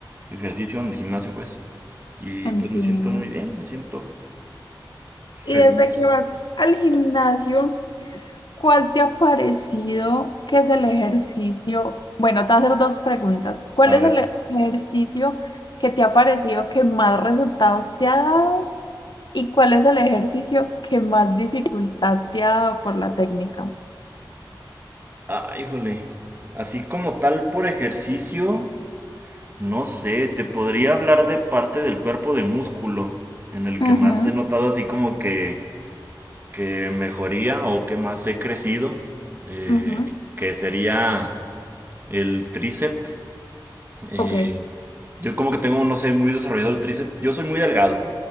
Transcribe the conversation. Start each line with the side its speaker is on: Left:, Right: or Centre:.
Right: ejercicio en el gimnasio pues. Y
Left: Entiendo.
Right: pues me siento muy bien, me siento
Left: ¿Y
Right: feliz.
Left: desde que vas al gimnasio? ¿Cuál te ha parecido que es el ejercicio? Bueno, te voy a hacer dos preguntas. ¿Cuál
Right: A
Left: es
Right: ver.
Left: el e- ejercicio que te ha parecido que más resultados te ha dado? ¿Y cuál es el ejercicio que más dificultad te ha dado por la técnica?
Right: Ah, híjole. Así como tal por ejercicio. No sé, te podría hablar de parte del cuerpo de músculo, en el
Left: Ujú,
Right: que más he notado así como que, que mejoría o que más he crecido, eh,
Left: ujú.
Right: que sería el tríceps. Eh,
Left: Ok,
Right: yo como que tengo, no sé, muy desarrollado el tríceps. Yo soy muy delgado,